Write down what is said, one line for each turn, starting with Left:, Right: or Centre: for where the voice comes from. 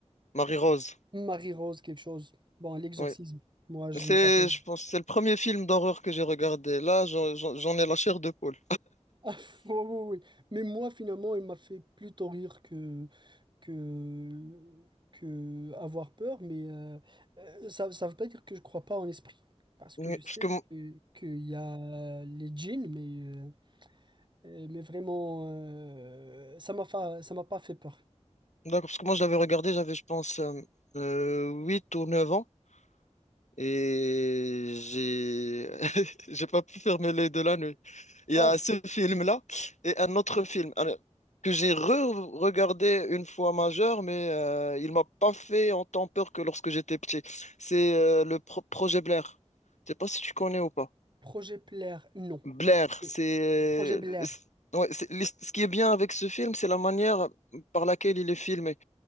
Left: Marie-Rose.
Right: Marie-Rose quelque chose. Bon, l'exorcisme.
Left: Oui.
Right: Moi, je
Left: C'est,
Right: me rappelle.
Left: je pense, c'est le premier film d'horreur que j'ai regardé. Là, j'en j'en- j'en ai la chair de poule.
Right: Ah, <laughs> oui, oui, oui. Mais moi, finalement, il m'a fait plutôt rire que, que, que avoir peur, mais euh, euh, ça ne veut pas dire que je crois pas en l'esprit. Parce que
Left: Oui,
Right: je sais
Left: Parce que, mon-
Right: que, qu'il y a les djinns, mais, euh, euh, mais vraiment, euh, ça m'a fa- ça m'a pas fait peur.
Left: d'accord, parce que moi, je l'avais regardé, j'avais, je pense, euh, euh, 8 ou 9 ans. Et j'ai <laughs> j'ai pas pu fermer les de la nuit. Il
Right: Ah,
Left: y a ce film-là et un autre film alors, que j'ai re-regardé une fois majeur, mais euh, il m'a pas fait autant peur que lorsque j'étais petit. C'est euh, le Pro- Projet Blair. Je sais pas si tu connais ou pas.
Right: projet Blair, non.
Left: Blair,
Right: Non.
Left: c'est
Right: Projet Blair,
Left: c'est- ouais, c'est- l'his- ce qui est bien avec ce film, c'est la manière par laquelle il est filmé.